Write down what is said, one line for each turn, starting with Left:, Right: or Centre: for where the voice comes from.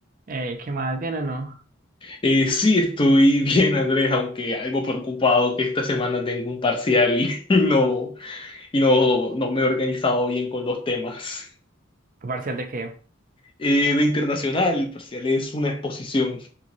Right: Eh, ¿qué más? ¿Bien o no?
Left: Eh, sí, estoy <laughs> bien, Andrés, aunque algo preocupado que esta semana tengo un parcial y <laughs> no, y no, no me he organizado bien con los temas.
Right: ¿Tu ¿Parcial de qué?
Left: Eh, de internacional, el parcial es una exposición.